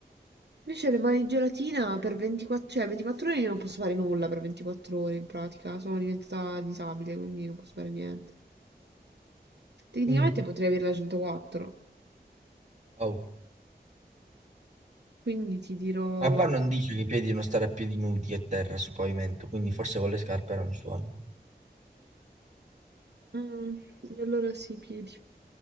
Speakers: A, on the right; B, on the right.
A: Invece le mani in gelatina per 24, cioè 24 ore io non posso fare nulla per 24 ore, in pratica. Sono diventata disabile, quindi non posso fare niente. Tecnicamente
B: Mm,
A: potrei avere la 104,
B: Oh.
A: quindi ti dirò...
B: Ma qua non dice che i piedi devono stare a piedi nudi e terra sul pavimento, quindi forse con le scarpe non suoni.
A: Mm, allora sì, piedi.